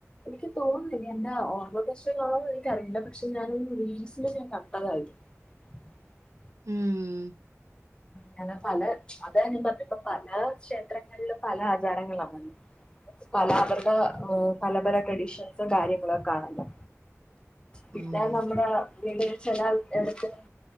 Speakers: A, on the left; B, on the right.
A: എനിക്ക് തോന്നുന്നില്ല എന്റെ ഓർമ്മ പേശക്കാണോ എന്നൊന്നും. എനിക്ക് അറിയില്ല. പക്ഷെ ഞാനൊരു റീൽസില് <unintelligible>
B: മ് ഉം
A: ഞാനെ പല അത ഞാന് പറഞേ ഇപ്പ പല ക്ഷേത്രങ്ങളിലും പല ആചാരങ്ങള് ആണ് പല അവര്ടെ പല പല ട്രഡീഷൻസ് കാര്യങ്ങളൊക്കെ ആണല്ലോ പിന്നെ
B: ഉം
A: നമ്മുടെ <unintelligible> ചെല എടത്ത്